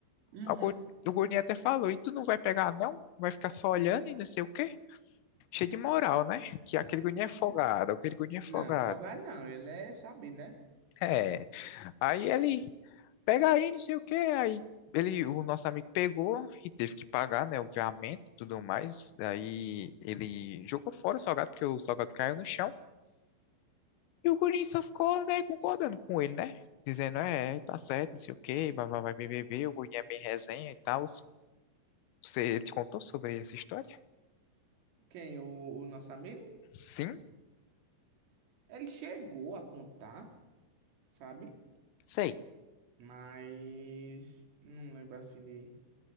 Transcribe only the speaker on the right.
uhum,
uhum.
Não, folgado não. Ele é sabido, né?
Quem? O, o nosso amigo?
Ele chegou a contar, sabe?
Mas não lembro assim de.